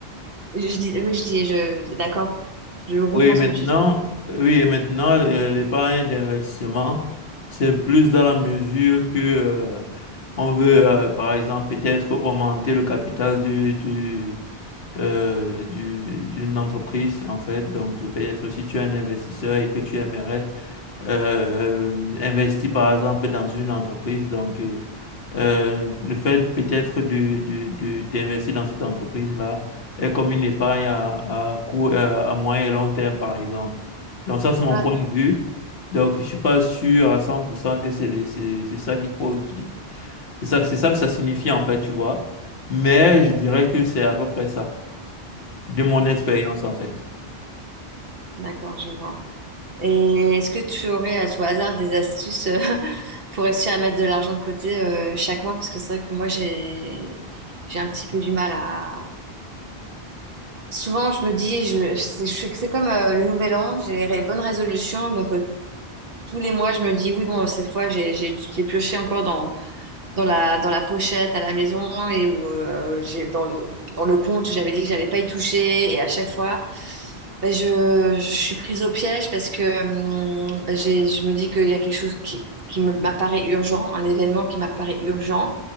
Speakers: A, on the right (about 60°); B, on the left (about 70°).
A: Je, dis, oui, je dis, je, d'accord. Je comprends
B: Oui, maintenant,
A: ce que tu dis.
B: oui, et maintenant, euh, l'épargne d'investissement, c'est plus dans la mesure que euh, on veut, euh, par exemple, peut-être augmenter le capital du, du, euh, du- d'une entreprise, en fait. Donc, peut-être si tu es un investisseur et que tu aimerais euh, investi par exemple dans une entreprise. Donc, euh, euh, le fait peut-être de, de, de- d'investir dans cette entreprise-là est comme une épargne à, à court, euh, à moyen et long terme, par exemple. Donc, ça, c'est mon
A: Ah,
B: point de vue. Donc, je suis pas sûr à 100% que c'est les- c'est, c'est ça qu'il faut, qui, c'est ça, c'est ça que ça signifie, en fait, tu vois. Mais
A: d'accord,
B: je dirais que c'est à peu près ça, de mon expérience, en fait.
A: d'accord, je vois. Et est-ce que tu aurais à tout hasard des astuces euh, <laughs> pour réussir à mettre de l'argent de côté euh, chaque mois? Parce que c'est vrai que moi, j'ai j'ai un petit peu du mal à... Souvent, je me dis, je, c'est je sais que c'est comme euh, le nouvel an, j'ai les ré- bonnes résolutions. Donc, euh, tous les mois, je me dis, oui, bon, cette fois, j'ai j'ai j'ai pioché encore dans la, dans la pochette à la maison et où euh, j'ai, dans le, dans le compte, j'avais dit que j'allais pas y toucher. Et à chaque fois, bah, je, je suis prise au piège parce que hum, bah, j'ai, je me dis qu'il y a quelque chose qui, qui me- m'apparaît urgent, un événement qui m'apparaît urgent.